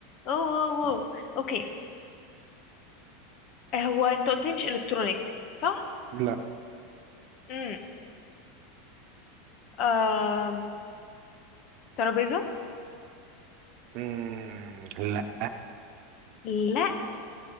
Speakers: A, on the left (about 50°); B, on the right (about 55°).
A: اوه اوه أوه. اوكي هو انت قلت لي مش الكترونيك صح
B: لا
A: امم آه... ترابيزة
B: مم، لا
A: لا